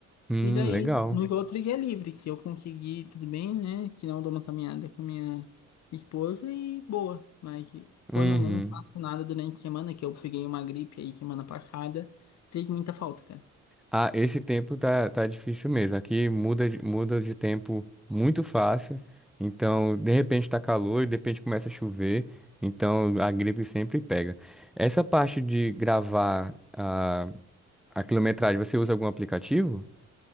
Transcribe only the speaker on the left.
E daí,
nos outros é livre. Se eu conseguir, tudo bem, né? Se não, eu dou uma caminhada com a minha esposa e boa. Mas quando
eu não faço nada durante a semana, que eu peguei uma gripe aí semana passada, fez muita falta, cara.